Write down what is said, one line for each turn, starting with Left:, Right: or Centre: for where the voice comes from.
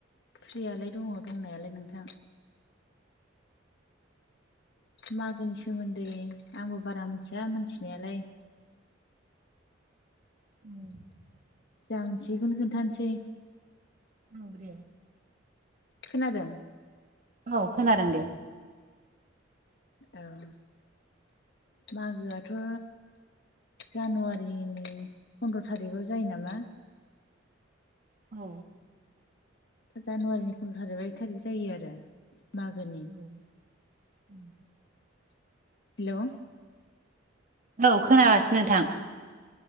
Left: फ्रियालाय दङ दंनालाय नोंथां मागोनि सोमोन्दै आंबो बारा मोनथिया मोनथिनालाय
Right: औ
Left: जा मिथियो बेखौनो खोन्थानोसै
Right: औ दे
Left: खोनादों
Right: औ खोनादों दे
Left: औ मागोआथ' जानुवारिनि फन्द्र' थारिखआव जायो नामा
Right: औ
Left: जानुवारिनि फन्द्र थारिख एक थारिख जायो आरो मागोनि
Right: औ
Left: हेलौ
Right: औ खोनागासिनो नोंथां